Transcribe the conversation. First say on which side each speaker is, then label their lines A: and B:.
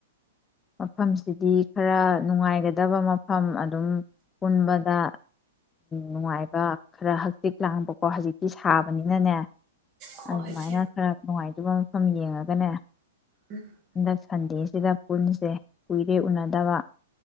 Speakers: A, on the left; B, on the right.
A: ꯃꯐꯝꯁꯤꯗꯤ ꯈꯔ ꯅꯨꯡꯉꯥꯏꯒꯗꯕ ꯃꯐꯝ ꯑꯗꯨꯝ ꯄꯨꯟꯕꯗ ꯅꯨꯡꯉꯥꯏꯕ ꯈꯔ ꯍꯆꯤꯛ ꯂꯥꯡꯕꯀꯣ ꯍꯧꯖꯤꯛꯇꯤ ꯁꯥꯕꯅꯤ ꯅꯅꯦ
B: ꯍꯣꯏ
A: ꯑꯗꯨꯃꯥꯏꯅ
B: ꯏꯆꯦ
A: ꯈꯔ ꯅꯨꯡꯉꯥꯏ ꯊꯕꯛ ꯃꯐꯝ ꯌꯦꯡꯉꯒꯅꯦ
B: ꯎꯝ
A: ꯍꯟꯗꯛ ꯁꯟꯗꯦꯁꯤꯗ ꯄꯨꯟꯁꯦ ꯀꯨꯏꯔꯦ ꯎꯅꯗꯕ